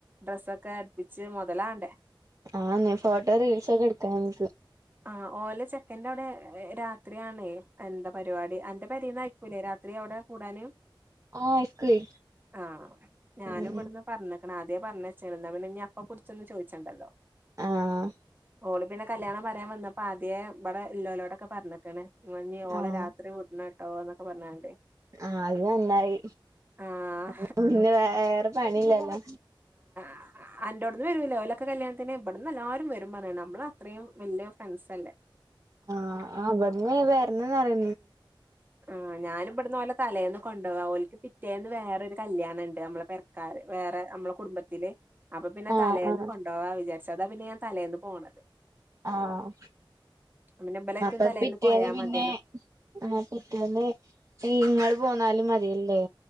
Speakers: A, on the right; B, on the right.
A: ഡ്രസ്സൊക്കെ അടുപ്പിച്ച് മുതലാകേണ്ടേ
B: ആഹ്‌ന്നേ ഫോട്ടോ റീൽസ് ഒക്കെ എടുക്കാ നമക്ക്
A: ആഹ് ഓല ചെക്കൻ്റെ അവിടെ രാത്രിയാണെ എന്താ പരിപാടി അന പെരെന്ന് ആയിക്കൂലേ രാത്രി അവിടെ കൂടാന്
B: ആഹ് എക്കുവേ
A: ആഹ് ഞാന്
B: ഉം
A: ഇവിടുന്ന് പറഞ്ഞേക്കണ് ആദ്യേ പറഞ്ഞച്ചേണ് എന്നാ പിന്നെ ഇനി അതേ കുറിച്ചൊന്ന് ചോദിച്ചണ്ടല്ലോ
B: ആഹ്
A: ഓള് പിന്നെ കല്യാണം പറയാൻ വന്നപ്പം ആദ്യേ ഇവിടെ എല്ലോലോടൊക്കെ പറഞ്ഞിക്കാണ്. ഇമമഞ്ഞി ഓളെ
B: ആഹ്
A: രാത്രി വിടണട്ടോ എന്നൊക്കെ പറഞ്ഞോണ്ട്.
B: ആ അത് നന്നായി
A: ആഹ്
B: അവക്ക് പിന്നെ വേറെ പണിയില്ലല്ലോ?
A: അ അൻ്റോട്ന്ന് വരുല്ലേ ഓലൊക്കെ കല്യാണത്തിന് ഇവിടന്ന് എല്ലാരും വരും പറയണ് അമ്മള് അത്രേം വല്യ ഫ്രണ്ട്സ് അല്ലേ
B: ആഹ് അവിടന്ന് വരുന്നന്നറി
A: ആഹ് ഞാനി ഇവിടുന്ന് ഓലെ. തലേന്ന് കൊണ്ട് വാ ഓല്ക്ക് പിറ്റേന്ന് വേറെരു കല്യാണം ണ്ട് നമ്മളെ പെ കാര് വേറെ അമ്മള കുടുംബത്തില് അപ്പൊ പിന്നെ
B: ആഹ്
A: തലേന്ന്
B: ആഹ്
A: കൊണ്ട ണ്ടോവാ വിചാരിച്ച് അതാ പിന്നെ ഞാൻ തലേന്ന് പോണത്
B: ആഹ്
A: പിന്നെ ഇബലേറ്റും
B: അപ്പോ
A: തലേന്ന്
B: പിറ്റെന്ന്
A: പോയാ
B: പിന്നെ
A: മതിയല്ലോ
B: ആ പിറ്റേന്ന് ഈ ഇങ്ങള് പോന്നാലും മതിയല്ലേ?